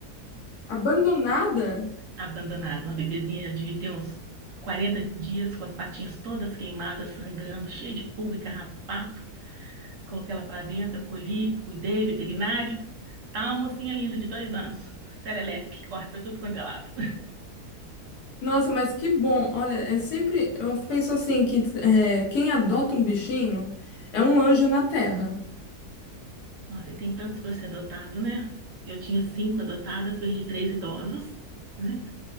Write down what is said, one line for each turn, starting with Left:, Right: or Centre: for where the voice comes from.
Left: Abandonada?
Right: <laughs> Abandonada, uma bebezinha, já devia ter uns 40 dias, com as patinhas todas queimadas, sangrando, cheia de pulga e carrapato. Coloquei ela para dentro, acolhi, cuidei, veterinário. Tá uma mocinha linda de dois anos, serelepe, corre para tudo quanto é lado.
Left: Nossa, mas que bom. Olha, é sempre eu penso assim que é, quem adota um bichinho é um anjo na terra.
Right: Nossa, e tem tantos para ser adotado, né? Eu tinha cinco adotadas, perdi três idosos, né?